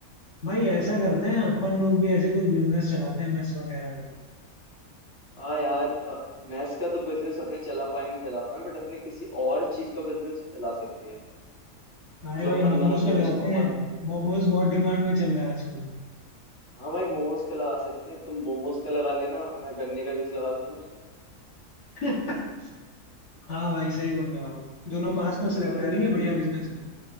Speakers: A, on the left; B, on the left.
A: भाई ऐसा करते हैं अपन लोग भी ऐसे कुछ बिजनेस चलाते हैं मेस वगैरह
B: हाँ यार मैथ्स का तो बिजनेस अपने चला पाए नहीं चला पाए बट अपने किसी और चीज का बिजनेस चला सकते हैं
A: का अरे
B: जो
A: भाई
B: अपन
A: मोमोज
B: दोनों
A: का
B: के
A: लगाते
B: बीच कॉमन
A: हैं
B: हो
A: मोमोज बहुत डिमांड में चल रहा है आजकल
B: हाँ भाई मोमोज का लगा सकते हैं तुम मोमोज का लगा लेना मैं गन्ने का जूस लगा लूंगा
A: <laughs> हाँ भाई सही बोल रहे हो आप दोनों पास पास
B: है ना
A: लगा
B: भाई
A: लेंगे बढ़िया बिजनेस होगा